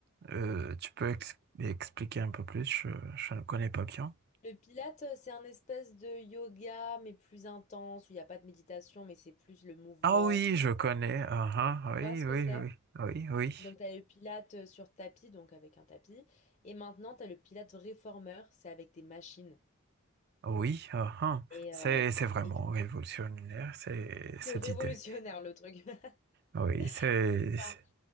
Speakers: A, on the right (about 50°); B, on the left (about 35°).
A: Euh, tu peux ex- expliquer un peu plus, je, je ne connais pas bien.
B: Le Pilate, euh, c'est un espèce de yoga, mais plus intense, où il n'y a pas de méditation, mais c'est plus le mouvement.
A: Ah oui, je connais. Ah
B: Tu
A: ah, oui,
B: vois ce que
A: oui,
B: c'est?
A: oui, oui, oui.
B: Donc, tu as le Pilate euh, sur tapis, donc avec un tapis. Et maintenant, tu as le Pilate réformeur, c'est avec des machines.
A: Oui, ah ah.
B: Et,
A: C'est,
B: euh,
A: c'est vraiment
B: et du coup,
A: révolutionnaire, c'est, cette
B: c'est <laughs> révolutionnaire,
A: idée.
B: le truc. <laughs>
A: Oui, c'est,
B: C'est ça,
A: c'est-